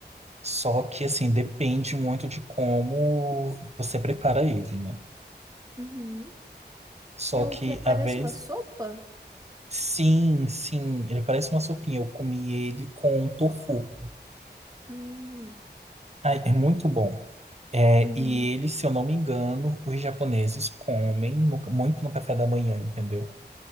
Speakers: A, on the right; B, on the right.
A: Só que assim, depende muito de como você prepara ele, né?
B: uhum.
A: Só
B: É um
A: que
B: que parece
A: a vez
B: uma sopa?
A: Sim, sim, ele parece uma sopinha. Eu comi ele com tofu.
B: Hum,
A: Ai, é muito bom. É,
B: uhum,
A: e ele, se eu não me engano, os japoneses comem no- muito no café da manhã, entendeu?